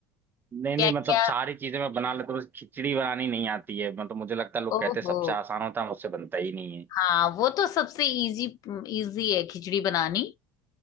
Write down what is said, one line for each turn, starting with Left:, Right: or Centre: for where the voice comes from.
Right: नहीं
Left: क्या
Right: नहीं मतलब
Left: क्या
Right: सारी चीजें मैं बना लेता हूँ बस खिचड़ी बनानी नहीं आती है मतलब मुझे लगता है लोग
Left: ओहो
Right: कहते हैं सबसे आसान होता है मुझसे बनता ही नहीं है
Left: हाँ वो तो सबसे इजी इजी है खिचड़ी बनानी